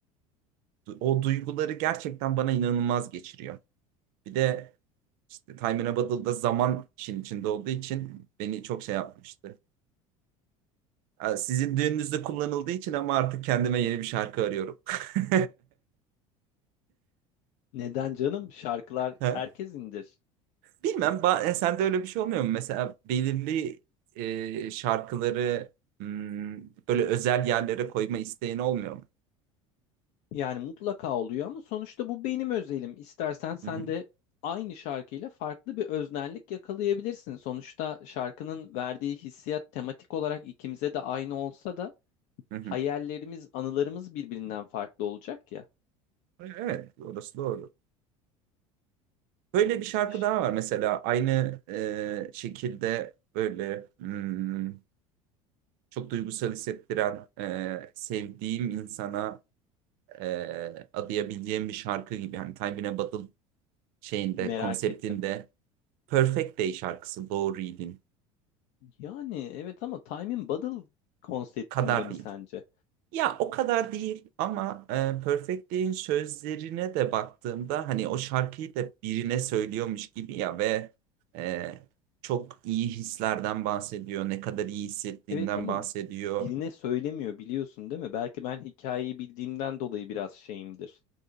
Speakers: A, on the right; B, on the left.
A: o duyguları gerçekten bana inanılmaz geçiriyor. Bir de işte Time in a Bottle'da zaman işin içinde olduğu için beni çok şey yapmıştı. Ee, Sizin düğününüzde kullanıldığı için ama artık kendime yeni bir şarkı arıyorum. <laughs>
B: Neden canım? Şarkılar
A: Ha,
B: herkes indir?
A: Bilmem ba- e, sende öyle bir şey olmuyor mu? Mesela belirli e, şarkıları hmm, böyle özel yerlere koyma isteğin olmuyor mu?
B: Yani mutlaka oluyor ama sonuçta bu benim özelim. İstersen sen
A: Hı hı,
B: de aynı şarkıyla farklı bir öznellik yakalayabilirsin. Sonuçta şarkının verdiği hissiyat tematik olarak ikimize de aynı olsa da
A: hı hı.
B: hayallerimiz, anılarımız birbirinden farklı olacak ya.
A: Evet, orası doğru. Böyle bir şarkı
B: Şş,
A: daha var mesela aynı e, şekilde böyle hmm, çok duygusal hissettiren e, sevdiğim insana e, adayabileceğim bir şarkı gibi. Hani Time in a Bottle şeyinde
B: merak
A: konseptinde
B: ettim.
A: Perfect Day şarkısı Doğru Reading
B: Yani evet ama Time in Bottle konseptinde
A: kadar
B: mi
A: değil.
B: sence?
A: Ya o kadar değil ama e, Perfect Day'in sözlerine de baktığımda hani o şarkıyı da birine söylüyormuş gibi ya ve e, çok iyi hislerden bahsediyor, ne kadar iyi hissettiğinden
B: Evet ama
A: bahsediyor.
B: birine söylemiyor biliyorsun değil mi? Belki ben hikayeyi bildiğimden dolayı biraz şeyimdir.